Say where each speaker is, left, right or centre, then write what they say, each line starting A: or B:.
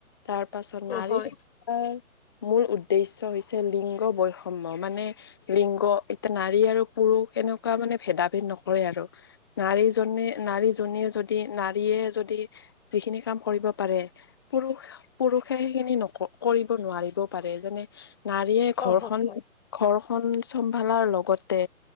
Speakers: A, on the left; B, on the left.
A: তাৰ পাছত নাৰী
B: অ হয়
A: শিক্ষাই মূল উদ্দেশ্য হৈছে লিংগ বৈষম্য মানে লিংগ এতিয়া নাৰী আৰু পুৰু পুৰু সেনেকুৱা মানে ভেদা ভেদ নকৰে আৰু নাৰীজননে নাৰীজনীয়ে যদি নাৰীয়ে যদি যিখিনি কাম কৰিব পাৰে পুৰুষ পুৰুষে সেইখিনি ন কৰিব নোৱাৰিবও পাৰে যেনে নাৰীয়ে
B: অ
A: ঘৰখন
B: হয় হয়
A: ঘৰ। খন চম্ভালাৰ লগতে